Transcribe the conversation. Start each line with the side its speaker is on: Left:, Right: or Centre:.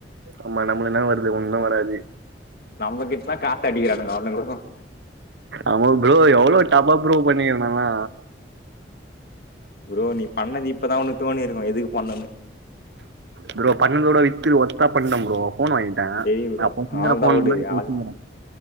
Right: ஆமா நம்மளுக்கு என்னா வருது ஒன்னு வராது
Left: நம்மகிட்டதா காசு அடிக்கிறானுங்க அவனுங்களு
Right: ஆமா ப்ரோ எவ்ளோ டாப்அப் ப்ரோ பண்ணீங்க நானா
Left: ப்ரோ நீ பண்ணது இப்பதா உனக்கு தோணிருக்கு எதுக்கு பண்ணன்னு
Right: ப்ரோ பண்ணத விட வித்து ஒர்த்தா பண்ணிட்ட ப்ரோ ஃபோன் வாங்கிட்டேன்
Left: செரி ப்ரோ
Right: அப்போ வச்சிருக்கிற
Left: அவ்ளோதா
Right: ஃபோன்
Left: வுடு
Right: தான் இப்போ
Left: அது
Right: வச்சிருக்கிறேன்